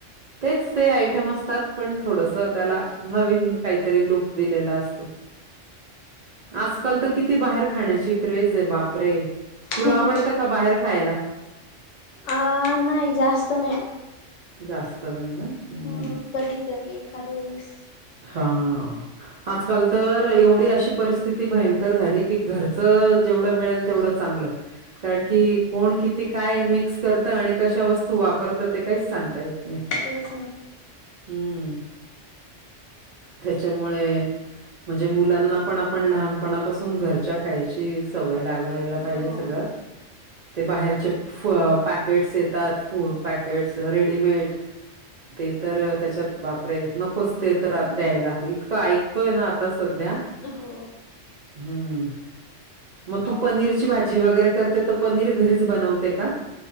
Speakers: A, on the right (about 70°); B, on the left (about 75°).
A: तेच ते आयटम असतात पण थोडस त्याला नवीन काहीतरी लुक दिलेल असतो, आजकाल तर किती बाहेर खाण्याची क्रेज आहे बाप बापरे तुला
B: हम्म
A: आवडतं का बाहेर खायला?
B: अ नाही जास्त नाही.
A: जास्त नाही ना. हं.
B: ह कधी तरी एखादा वेळेस.
A: हा. आजकाल तर एवढी अशी परिस्थिती भयंकर झाली की घरचं जेवढं मिळेल तेवढं चांगलं हाय. कारण की कोण किती काय मिक्स करत आणि कशा वस्तू वापरतं ते काहीच सांगता येत नाही.
B: तेच ना.
A: हम्म. त्याच्यामुळे म्हणजे मुलांना पण आपण लहानपणापासून घरच्या खायच्या सवय लागयला पाहिजे
B: हो
A: सगळं ते बाहेरचे पॅकेट्स येतात फूड पॅकेट्स रेडीमेड ते तर त्याच्यात बापरे नको तर द्यायला इतकं ऐकतोय ना आता सध्या
B: हो
A: हम्म मग तू
B: अ
A: पनीरची बाट जी वगैरे करते तर पनीर घरीच बनवते का?